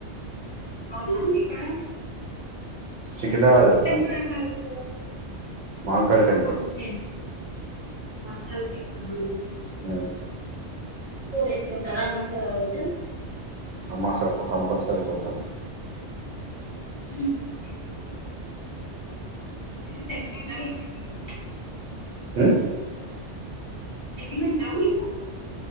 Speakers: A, on the left; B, on the right.
A: అవునా ఎక్కడ ఎక్కడ
B: సికింద్రాబాద్ వెళ్తాను
A: టెంపుల్ వెళ్తారు ఎక్కువ
B: మా అంకల్
A: ఆహా
B: టెంపుల్
A: అందుకే <unintelligible> వెళ్తున్నాము
B: అవును
A: ఉప్పు వేసుకుంటారా అమాస నా రోజు
B: అమావాస్య అప్పుడు కంపల్సరి పోతాను
A: మ్మ్ ఓకే ఏంటి సెంటిమెంటా ఏంటి మీకు
B: మ్మ్
A: సెంటిమెంట్ ఆ మీకు